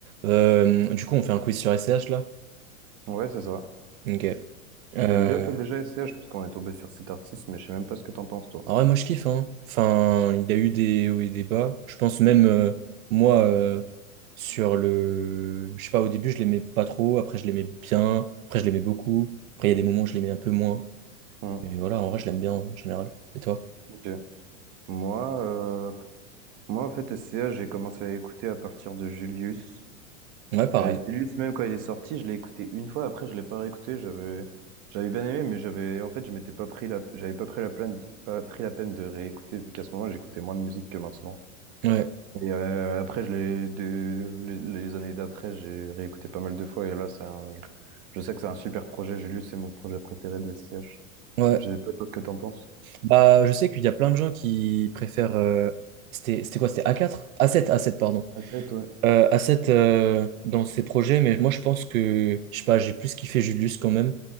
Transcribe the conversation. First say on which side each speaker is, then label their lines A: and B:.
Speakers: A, on the right; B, on the right.
A: Euh, du coup, on fait un quiz sur S C H là?
B: Ouais, c'est ça.
A: Ok. Euh,
B: Tu l'aimes bien, toi, Voilà. déjà, S C H parce qu'on est tombé sur cet artiste, mais je sais même pas ce que t'en penses, toi.
A: en vrai, moi je kiffe, hein. Enfin, il y a eu des hauts et des bas. Je pense même, euh, moi, euh, sur le. Je sais pas, au début je l'aimais pas trop, après je l'aimais bien, après je l'aimais beaucoup. Après, il y a des moments où je l'aimais un peu moins.
B: Hmm,
A: Mais voilà, en vrai, je l'aime bien en général. Et toi?
B: ok. Moi, euh, moi, en fait, S C H j'ai commencé à écouter à partir de Julius.
A: Ouais, pareil.
B: Euh, Julius, même quand il est sorti, je l'ai écouté une fois, après, je l'ai pas réécouté, j'avais, j'avais bien aimé, mais j'avais, en fait, je m'étais pas pris la, j'avais pas pris la peine, pas pris la peine de réécouter, vu qu'à ce moment, j'écoutais moins de musique que maintenant.
A: Ouais.
B: Et euh, après, je l'ai, de- les les années d'après, j'ai réécouté pas mal de fois. Et là, c'est un- je sais que c'est un super projet. Julius, c'est mon projet préféré de SCH.
A: Ouais.
B: Je sais pas toi que t'en penses.
A: Bah, je sais qu'il y a plein de gens qui préfèrent. euh, C'était c'était quoi? C'était a quatre, a sept, a sept pardon.
B: A7, ouais.
A: Euh, à cette, euh, dans ces projets, mais moi je pense que, je sais pas, j'ai plus kiffé Julius quand même.